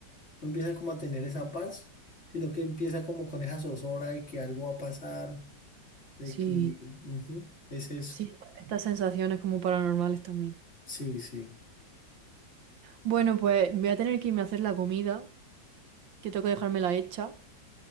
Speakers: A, on the left; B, on the right.
A: no empieza como a tener esa paz, sino que empieza como con esa zozobra de que algo va a pasar, de
B: Sí.
A: que ujú, es eso.
B: Sí, estas sensaciones como paranormales también.
A: Sí, sí.
B: Bueno, pues voy a tener que irme a hacer la comida, que tengo que dejármela hecha,